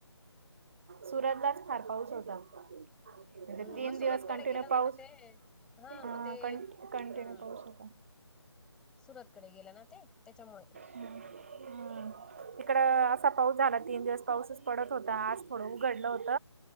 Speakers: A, on the right; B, in the centre.
A: सुरतलाच फार पाऊस होता. म्हणजे
B: अं,
A: तीन
B: मग सुरतकडे
A: दिवस कंटिन्यू
B: गेला होता
A: पाऊस
B: ना ते हा
A: ह
B: मग ते
A: क कंटिन्यू
B: हा
A: पाऊस होता.
B: सुरतकडे गेलं ना ते त्याच्यामुळे
A: हम् तिकड असा पाऊस झाला तीन दिवस. पाऊसच पडत होता आज थोडं उघडलं होत